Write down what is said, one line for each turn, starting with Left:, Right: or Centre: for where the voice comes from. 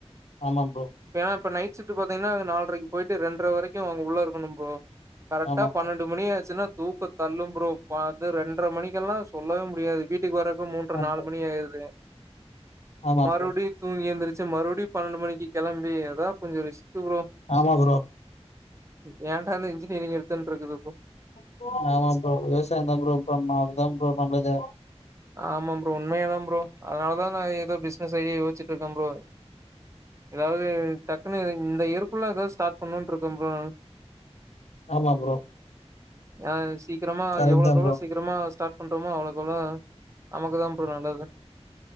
Left: ஆமா ப்ரோ
Right: ஏன்னா இப்ப நைட் ஷிப்ட் பாத்தீங்கன்னா நால்ரைய்க்கு போயிட்டு ரென்ற வரைக்கும் அங்க உள்ள இருக்கணும் ப்ரோ கரெக்டா
Left: ஆமா
Right: பன்னெண்டு மணி ஆச்சுன்னா தூக்க தள்ளும் ப்ரோ பாத்த ரென்ற மணிக்கெல்லா சொல்லவே முடியாது வீட் வீட்டுக்கு வரக்கு மூன்ற
Left: ப்ரோ
Right: நாலுமணி ஆயிருது
Left: ஆமா
Right: மறுவுடி
Left: ப்ரோ
Right: தூங்கி எந்திருச் ச்சு மறுபடி பன்னெண்டு மணிக்கு கிளம்பி ஏதா கொஞ்சோ ரெஸ்ட் ப்ரோ
Left: ஆமா ப்ரோ
Right: உ ஏன்டா இந்த இன்ஜீனியரிங் எடுத்தன்ட்டு இருக்குது ப்ரோ
Left: <unintelligible> ஆமா ப்ரோ விவசாய தான் ப்ரோ பண்ணும் அதுதான் ப்ரோ நல்லது
Right: ஆமாம் ப்ரோ உண்மையா தா ப்ரோ அதனாலதான் நான் ஏதோ பிசினஸ் ஐடியா யோச்சிட்டு இருக்கே ப்ரோ ஏதாவது டக்குனு <unintelligible> இந்த இயர்குள்ள எதாவது ஸ்டார்ட் பண்ணும்னுன்டு இருக்கே ப்ரோ நானு
Left: ஆமா ப்ரோ
Right: ஆ சீக்கிரமா
Left: கரெக்ட்
Right: எவ்ளோக்கு
Left: தான்
Right: எவ்ளோ
Left: ப்ரோ
Right: சீக்கிரமா ஸ்டார்ட் பண்றோமோ அவ்ளோக்கு அவ்ளோ நமக்குதா ப்ரோ நல்லது